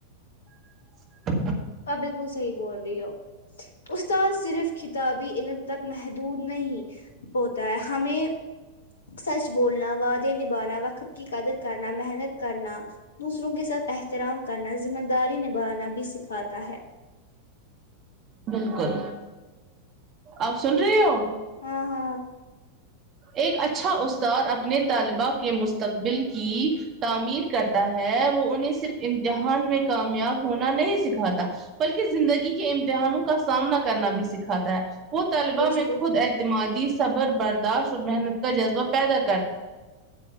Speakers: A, on the right; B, on the left.
A: دھ ڈھ
B: ایبل وہ صحی بول رہی ہو استاد صرف کتابی علم تک محدود نہیں ہوتا ہے ہمیں سچ بولنا وعدے نبانا وقت کی قدر کرنا محنت کرنا دوسروں کے ساتھ احترام کرنا ذمہ داری نبھانا بھی سکھاتا ہے
A: بالکل آپ سن رہی ہو
B: ہاں ہاں
A: ایک اچھا استاد اپنے طالبہ کے مستقبل کی تعمیر کرتا ہے وہ انہیں صرف امتحان میں کامیاب ہونا نہیں سکھاتا بلکہ زندگی کے امتحانوں کا سامنا کرنا بھی سکھاتا ہے وہ طلبہ
B: بالکل
A: میں خود اعتمادی صبر برداشت اور محنت کا جذبہ پیدا کرتا ہے